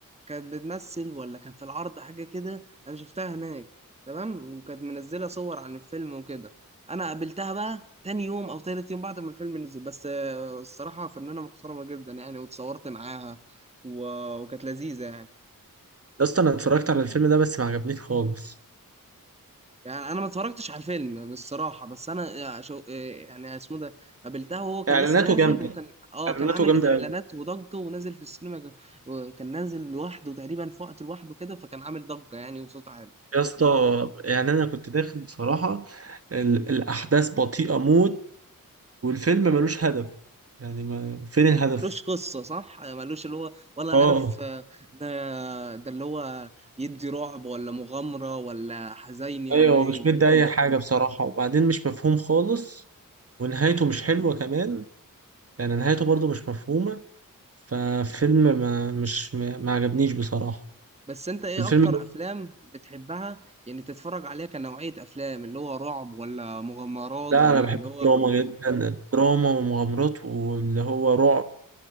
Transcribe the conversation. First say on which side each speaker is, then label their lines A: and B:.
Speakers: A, on the right; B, on the right.
A: كانت بتمثل ولا كان في العرض حاجه كده انا شفتها هناك تمام وكانت منزله صور عن الفيلم وكده انا قابلتها بقى تاني يوم او تالت يوم بعد ما الفيلم نزل بس آه، الصراحه فنانه محترمه جدا يعني واتصورت معاها و... وكانت لذيذه يعني
B: يا اسطى انا اتفرجت على الفيلم ده بس ما عجبنيش خالص
A: يعني انا ما اتفرجتش على الفيلم بالصراحه بس انا شو يعني اسمه ده قابلتها وهو كان
B: اعلاناته
A: لسه نازل
B: جامده
A: وكان اه
B: اعلاناته
A: كان عامل
B: جامده
A: اعلانات وضجه ونازل في السينما ج- وكان نازل لوحده تقريبا في وقت لوحده كده فكان عامل ضجه يعني وصوت عالي
B: يا اسطى يعني انا كنت داخل بصراحه ال- الاحداث بطيئه موت والفيلم ملوش هدف يعني ما فين الهدف
A: ملوش قصه صح ملوش اللي هو ولا
B: اه
A: عارف آه، ده ده اللي هو يدي رعب ولا مغامره ولا حزيني
B: ايوه
A: ولا ايه
B: مش
A: ما
B: مدي
A: تفهمش
B: اي حاجه بصراحه وبعدين مش مفهوم خالص ونهايته مش حلوه كمان يعني نهايته برضو مش مفهومه ففيلم ما مش ما ما عجبنيش بصراحه
A: بس انت ايه
B: الفيلم
A: اكتر افلام بتحبها يعني تتفرج عليها كنوعيه افلام اللي هو رعب ولا مغامرات
B: لا
A: ولا
B: انا بحب
A: اللي
B: الدراما
A: هو
B: جدا الدراما ومغامرات واللي هو رعب